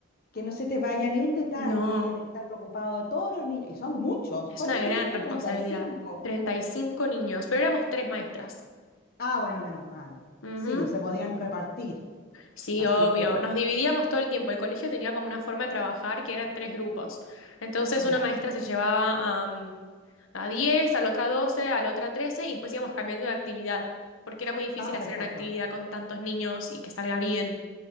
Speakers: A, on the left; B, on the left.
A: que no se te vaya ni un detalle
B: No,
A: de estar preocupado de todos los niños, y son muchos.
B: es
A: ¿Cuántos
B: una gran
A: tenías tú?
B: responsabilidad.
A: treinta y cinco
B: 35 niños, pero éramos tres maestras.
A: Ah, bueno, menos mal.
B: Ujú.
A: Sí, se podían repartir,
B: Sí,
A: así
B: obvio.
A: que
B: Nos dividíamos todo el tiempo. El colegio tenía como una forma de trabajar que eran tres grupos. Entonces,
A: ya.
B: una maestra se llevaba am, a 10, a la otra 12, a la otra 13 y después íbamos cambiando de actividad, porque era muy difícil
A: Ah,
B: hacer
A: perfecto.
B: una actividad con tantos niños y que salga bien.